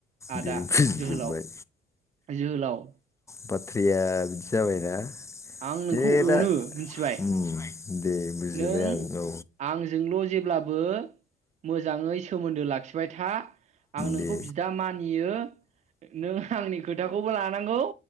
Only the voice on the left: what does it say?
दे बुजिजोब्बाय
बाथ्राया बिदि जाबायना
बे दा
उम, दे बुजिबाय
आं औ
दे